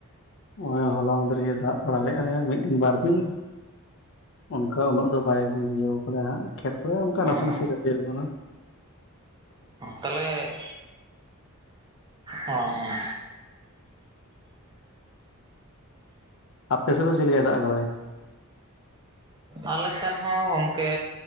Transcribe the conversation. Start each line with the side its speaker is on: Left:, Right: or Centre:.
Left: ᱱᱚᱜᱚᱭ ᱦᱚᱞᱟ ᱢᱽᱫᱷᱮᱨ ᱜᱮᱭ ᱫᱟᱜ ᱵᱟᱲᱟ ᱞᱮ-ᱟᱬᱭ ᱢᱤᱫ ᱫᱤᱱ ᱵᱟᱨ ᱫᱤᱱ ᱾ ᱚᱱᱠᱟ ᱩᱱᱟᱹᱜ ᱫᱚ ᱵᱟᱭ ᱤᱭᱟᱹ ᱠᱟᱫᱟ ᱦᱜ ᱠᱷᱮᱛ ᱠᱚᱨᱮ ᱚᱱᱠᱟ
Right: ᱚ
Left: ᱱᱟᱥᱮ ᱱᱟᱥᱮ ᱪᱟᱯᱮ ᱟᱠᱟᱱᱟ ᱾
Right: ᱛᱟᱦᱚᱞᱮ ᱚᱸ
Left: ᱟᱯᱮ ᱥᱮᱫ ᱫᱚ ᱪᱮᱫ ᱞᱮᱠᱟᱭ ᱫᱟᱜ ᱟᱠᱟᱫᱟᱭ?
Right: ᱟᱞᱮ ᱥᱮᱱ ᱦᱚᱸ ᱜᱚᱝᱠᱮ